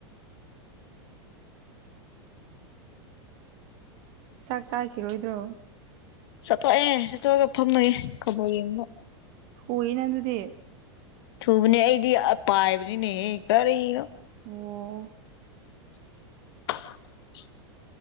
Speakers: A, on the right (about 55°); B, on the left (about 65°).
A: ꯆꯥꯛ ꯆꯥꯈꯤꯔꯣꯏꯗ꯭ꯔꯣ
B: ꯆꯠꯊꯣꯛꯑꯦ ꯆꯠꯊꯣꯛꯑꯒ ꯐꯝꯅꯏꯦ ꯈꯕꯔ ꯌꯦꯡꯕꯣ
A: ꯍꯅ ꯑꯗꯨꯗꯤ
B: ꯊꯨꯕꯅꯦ ꯑꯩꯗꯤ ꯄꯥꯏꯕꯅꯤꯅꯦꯍꯦ ꯀꯔꯤꯅꯣ
A: ꯑꯣ
B: <inaudible>